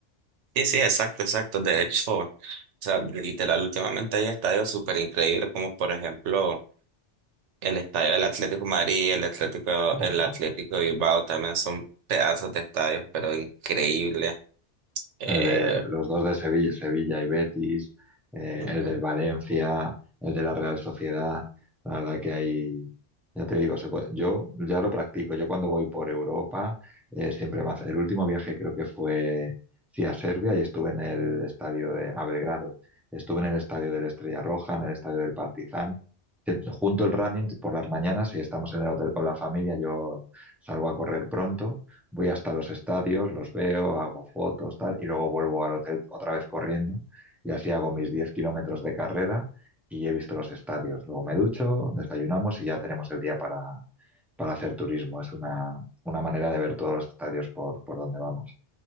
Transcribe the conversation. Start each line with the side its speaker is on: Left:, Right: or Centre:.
Right: sí, sí, exacto, exacto. De hecho, o sea, literal, últimamente hay estadios súper increíbles como por ejemplo el estadio del Atlético de Madrid, el Atlético,
Centre: Claro,
Right: el
Centre: no.
Right: Atlético de Bilbao también son pedazos de estadios, pero increíbles. Eh,
Centre: el de los dos de Sevilla, Sevilla y Betis, eh,
Right: ujú.
Centre: el del Valencia, el de la Real Sociedad. La verdad que hay, ya te digo, se puede- yo ya lo practico. Yo cuando voy por Europa, eh, siempre más. El último viaje creo que fue, sí, a Serbia y estuve en el estadio de a Belgrado. Estuve en el estadio de la Estrella Roja, en el estadio del Partizan. Eh, Junto el running por las mañanas, si estamos en el hotel con la familia, yo salgo a correr pronto voy hasta los estadios, los veo, hago fotos, tal, y luego vuelvo al hotel otra vez corriendo y así hago mis 10 kilómetros de carrera y he visto los estadios. Luego me ducho, desayunamos y ya tenemos el día para, para hacer turismo. Es una, una manera de ver todos los estadios por, por donde vamos.